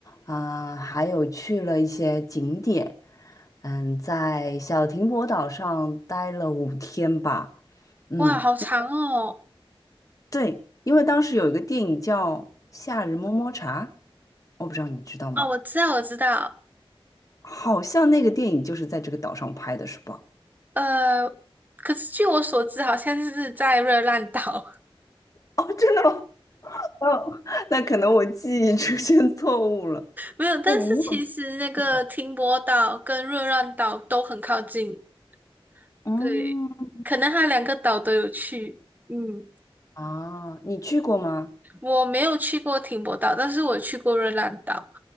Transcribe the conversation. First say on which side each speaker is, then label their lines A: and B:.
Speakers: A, on the left; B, on the right.
A: 啊，还有去了一些景点，嗯，在小停泊岛上待了五天吧。嗯，
B: 哇，好长哦。
A: 对，因为当时有一个电影叫《夏日摸摸茶》，我不知道你知道吗？
B: 哦，我知道，我知道，
A: 好像那个电影就是在这个岛上拍的，是吧？
B: 呃，可是据我所知，好像是在热浪岛。
A: 哦，真的吗？哦，那可能我记忆出现错误了。
B: 没有，但是其实那个停泊岛跟热浪岛都很靠近，
A: 对，你有去过？嗯，
B: 对，可能它两个岛都有去，嗯。
A: 啊，你去过吗？
B: 我没有去过停泊岛，但是我去过热浪岛，